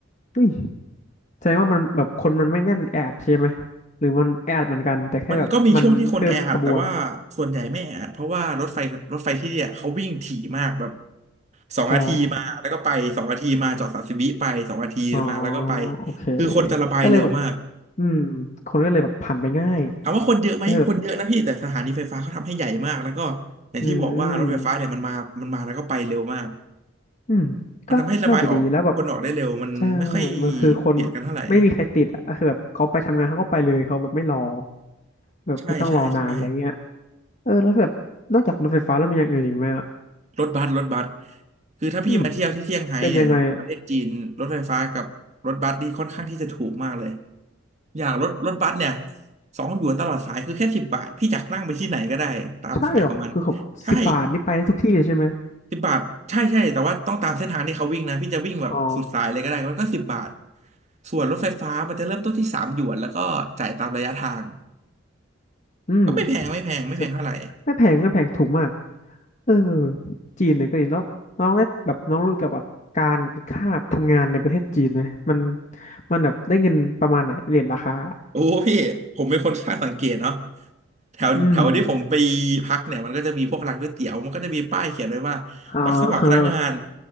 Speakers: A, on the left; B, on the right.
A: อุ้ย แสดงว่ามันแบบคนมันไม่แน่นแออัดใช่ไหมหรือมันแออัดเหมือนกันแต่แค่แบบมันเพิ่มขบวน
B: มันก็มีช่วงที่คนแออัดแต่ว่าส่วนใหญ่ไม่แออัดเพราะว่ารถไฟรถไฟที่เนี่ยเขาวิ่งถี่มากแบบสองนาทีมาแล้วก็ไปสองนาทีมาจอดสามสิบวิไปสองนาทีมาแล้วก็ไป
A: อ๋ออ๋อโอเค
B: คือคนจะระบายเร็วมาก
A: ก็เลยแบบอืมคนก็เลยแบบผ่านไปง่าย
B: ถามว่าคนเยอะไหมคนเยอะนะพี่แต่สถานีไฟฟ้าเขาทำให้ใหญ่มากแล้วก็
A: ก็คือแบบ
B: อย่างที่บอกว่ารถไฟฟ้าเนี่ยมันมามันมาแล้วก็ไปเร็วมาก
A: อืมอืมก็น่าจะดีแล้วแบบ
B: มันทำให้ระบายออกคนออกได้เร็วมันไม่ค่อย
A: ใช่มันคือคน
B: เบียดกันเท่าไหร่
A: ไม่มีใครติดอ่ะก็คือแบบเขาไปทำงานเขาก็ไปเลยเขาแบบไม่รอแบบไม่ต้องรอนานอะไรเงี้ย
B: ใช่ใช่ใช่
A: เออแล้วแบบนอกจากรถไฟฟ้าแล้วมีอย่างอื่นอีกไหมอ่ะ
B: รถบัสรถบัสคือถ้าพี่มาเที่ยวที่เซี่ยงไฮ้เนี่ยประเทศจีนรถไฟฟ้ากับรถบัสนี่ค่อนข้างที่จะถูกมากเลย
A: อืมเป็นยังไงอ่ะ
B: อย่างรถรถบัสเนี่ยสองหยวนตลอดสายคือแค่สิบบาทพี่อยากนั่งไปที่ไหนก็ได้ตามสายของมัน
A: ใช่เหรอคือเขาสิบบาทนี่ไปได้ทุกที่เลยใช่ไหม
B: ใช่สิบบาทใช่ใช่แต่ว่าต้องตามเส้นทางที่เขาวิ่งนะพี่จะวิ่งแบบสุดสายเลยก็ได้มันก็สิบบาท
A: อ๋อ
B: ส่วนรถไฟฟ้ามันจะเริ่มต้นที่สามหยวนแล้วก็จ่ายตามระยะทาง
A: อืม
B: ก็ไม่แพงไม่แพงไม่แพงเท่าไหร่
A: สดไม่แพงไม่แพงถูกมากเออจีนเนี่ยก็ดีแล้วน้องได้แบบน้องรู้เกี่ยวกับการค่าทำงานในประเทศจีนไหมมันมันแบบได้เงินประมาณไหนเรียนราคา
B: โอ้พี่ผมเป็นคนช่างสังเกตเนาะแถวแถวที่ผมไป
A: อืม
B: พักเนี่ยมันก็จะมีพวกร้านก๋วยเตี๋ยวมันก็จะมีป้ายเขียนไว้ว่า
A: อ่าฮะ
B: รับสมัครพนักงาน